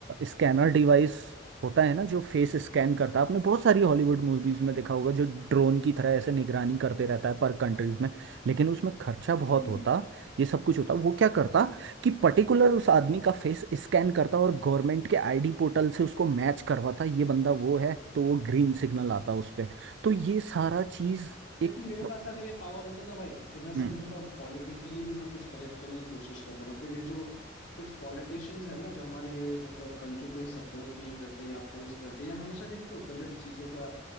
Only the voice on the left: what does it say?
हम्म
हम्म।
लेकिन
मेरे
पास अगर ये पावर होता ना भाई तो मैं
सच बताऊं पॉलिटिकली भी मैं कुछ करेक्ट करने की कोशिश करता मतलब ये जो कुछ पॉलिटिशियंस है ना जो हमारे मतलब कंट्री को ही सपोर्ट नहीं करते या अपोज करते हैं या हमेशा देखते हो गलत चीजों का